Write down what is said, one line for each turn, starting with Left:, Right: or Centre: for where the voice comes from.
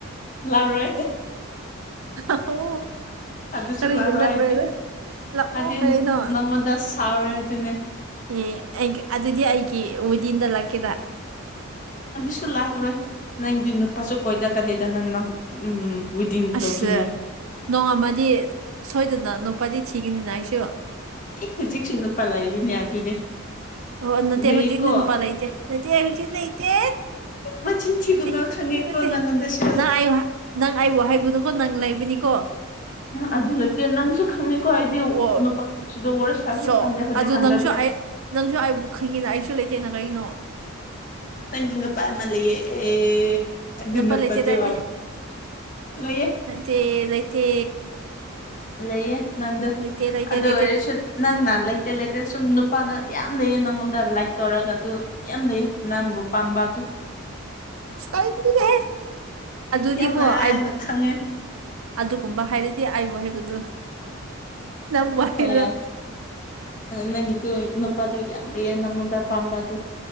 Left: ꯂꯥꯔꯣꯏ
Right: <unintelligible>
Left: ꯑꯗꯨꯁꯨ
Right: ꯀꯔꯤꯒꯤ
Left: ꯂꯥꯛꯔꯣꯏ
Right: ꯂꯥꯛꯂꯔꯣꯏ
Left: ꯑꯩꯗꯤ
Right: ꯂꯥꯛꯑꯣ
Left: ꯑꯩꯗꯤ
Right: ꯀꯩꯅꯣ
Left: ꯅꯪꯉꯣꯟꯗ ꯁꯥꯎꯔꯦ ꯑꯗꯨꯅꯦ
Right: ꯑꯦ ꯑꯩ ꯑꯗꯨꯗꯤ ꯑꯩꯒꯤ ꯋꯦꯗꯤꯡꯗ ꯂꯥꯛꯀꯦꯔ
Left: ꯑꯗꯨꯁꯨ ꯂꯥꯛꯔꯣꯏ ꯅꯪꯗꯤ ꯅꯨꯄꯥꯁꯨ ꯀꯣꯏꯗ ꯀꯥꯔꯤꯗ ꯅꯪ ꯅꯪ ꯎꯝ ꯋꯤꯗꯤꯡ
Right: ꯑꯁ
Left: ꯇꯧꯈꯤꯅꯤ
Right: ꯅꯣꯡ ꯑꯃꯗꯤ ꯁꯣꯏꯗꯅ ꯅꯨꯄꯥꯗꯤ ꯊꯤꯒꯅꯤꯅ ꯑꯩꯁꯨ
Left: ꯏ ꯍꯧꯖꯤꯛꯁꯨ ꯅꯨꯄꯥ ꯂꯩꯔꯤꯅꯦ ꯑꯗꯨꯅꯦ
Right: ꯑꯣ ꯅꯠꯇꯦ
Left: ꯂꯩꯌꯦꯀꯣ
Right: ꯍꯧꯖꯤꯛ ꯅ ꯅꯨꯄꯥ ꯂꯩꯇꯦ ꯂꯩꯇꯦ ꯍꯧꯖꯤꯛ ꯂꯩꯇꯦ
Left: ꯃꯆꯤꯟ ꯊꯤꯒꯅꯨ
Right: ꯅꯠꯇꯦ
Left: ꯈꯪꯉꯦꯀꯣ
Right: ꯅꯠꯇꯦ ꯅꯠꯇꯦ
Left: ꯅꯪꯉꯣꯟꯗꯁꯨ
Right: ꯅꯪ ꯑꯩ ꯅꯪ ꯑꯩꯕꯨ ꯍꯥꯏꯕꯨꯅꯨꯀꯣ ꯅꯪ ꯂꯩꯕꯅꯤꯀꯣ
Left: ꯑꯩꯖꯨ ꯂꯩꯇꯦ ꯅꯪꯁꯨ ꯈꯪꯉꯤꯀꯣ ꯑꯩꯗꯤ
Right: ꯑꯣ
Left: ꯅꯨꯄꯥꯁꯨꯗ ꯋꯥꯔꯤ ꯁꯥꯁꯨ
Right: ꯁꯣ
Left: ꯁꯥꯟꯗꯦ ꯍꯧꯖꯤꯛꯀꯥꯟꯗ
Right: ꯑꯗꯨ ꯅꯪꯁꯨ
Left: ꯑꯗꯨꯝ
Right: ꯑꯩ ꯅꯪꯁꯨ ꯑꯩꯕꯨ ꯈꯪꯉꯤꯅ ꯑꯩꯁꯨ ꯂꯩꯇꯦꯅ ꯀꯔꯤꯅꯣ
Left: ꯅꯪꯗꯤ ꯅꯨꯄꯥ ꯑꯃ ꯂꯩꯌꯦ ꯑꯦ ꯑꯗꯨ
Right: ꯅꯝꯕꯔ
Left: ꯅꯨꯄꯥꯗꯣ
Right: ꯂꯩꯇꯦꯗ ꯑꯩꯗꯤ
Left: ꯂꯩꯌꯦ
Right: ꯅꯠꯇꯦ ꯂꯩꯇꯦ
Left: ꯂꯩꯌꯦ ꯅꯪꯗꯨ
Right: ꯂꯩꯇꯦ ꯂꯩꯇꯦ
Left: ꯑꯗꯨ
Right: ꯂꯩꯇꯦ
Left: ꯑꯣꯏꯔꯁꯨ ꯅꯪꯅ ꯂꯩꯇꯦ ꯂꯩꯇꯦ ꯁꯨꯝ ꯅꯨꯄꯥꯗ ꯌꯥꯝ ꯂꯩꯌꯦ ꯅꯪꯉꯣꯟꯗ ꯂꯥꯏꯛ ꯇꯧꯔꯒ ꯑꯗꯨ ꯌꯥꯝ ꯂꯩꯌꯦ ꯅꯪꯕꯨ ꯄꯥꯝꯕ ꯑꯗꯨ
Right: ꯇꯥꯅꯤꯡꯗꯦꯍꯦ ꯑꯗꯨꯗꯤꯀꯣ
Left: ꯌꯥꯝ ꯂꯥꯏꯅ
Right: ꯑꯩꯕꯨ
Left: ꯈꯪꯉꯦ
Right: ꯑꯗꯨꯒꯨꯝꯕ ꯍꯥꯏꯔꯗꯤ ꯑꯩꯕꯨ ꯍꯥꯏꯒꯅꯨ ꯅꯪꯕꯨ ꯍꯥꯏꯔꯣ
Left: ꯍꯣꯏ ꯌꯥ ꯅꯪꯒꯤꯗꯨ ꯅꯨꯄꯥꯗꯨ ꯌꯥꯝ ꯂꯩꯌꯦ ꯅꯪꯉꯣꯟꯗ ꯄꯥꯝꯕꯗꯨ